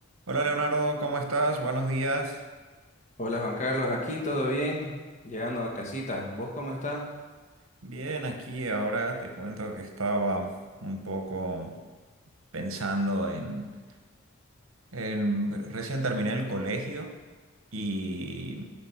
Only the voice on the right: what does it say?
Hola Leonardo, ¿cómo estás? Buenos días.
Bien, aquí ahora te cuento que estaba un poco pensando en, en... Recién terminé el colegio y